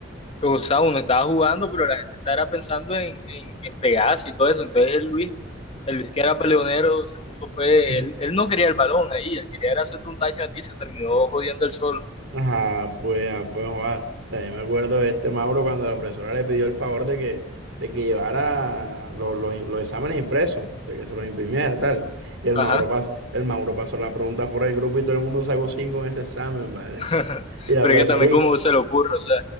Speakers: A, on the left; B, on the right.
A: pues, o sea, uno estaba jugando, pero la gente estaba pensando en, en, en pegarse y todo eso. Entonces el Luis, el Luis que era peleonero, se puso, fue,
B: <laughs>
A: él, él no quería el balón ahí, él quería era hacerte un daño a ti, se terminó jodiendo el solo.
B: Ajá, pues, ah, pues, joda. También me acuerdo de este Mauro cuando la profesora le pidió el favor de que, de que llevara los, los, los exámenes impresos, de que se los imprimiera tal. Y el
A: Ajá.
B: Mauro, pas, el Mauro pasó las preguntas por el grupo y todo el mundo sacó cinco en ese examen, ¿vale?
A: <laughs>
B: Y la
A: Pero
B: profesora,
A: es que también, ¿cómo
B: ¿y?
A: se le ocurre? O sea,